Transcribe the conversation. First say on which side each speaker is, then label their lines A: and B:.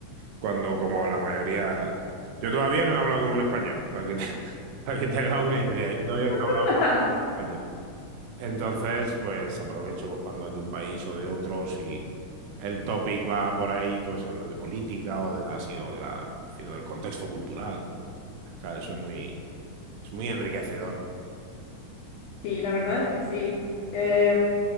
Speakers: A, on the right; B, on the left.
A: cuando como la mayoría, yo todavía no he hablado con un español, <laughs> para que te, <laughs> para que te hagas una idea, yo todavía no
B: <laughs>
A: he hablado con un español. Entonces, pues aprovecho pues, cuando es de un país o de otro, si, el topic va por ahí, pues hablar de política o de la, o de la, en del contexto cultural. O sea, eso es muy, es muy enriquecedor.
B: Sí, la verdad es que sí. Eh,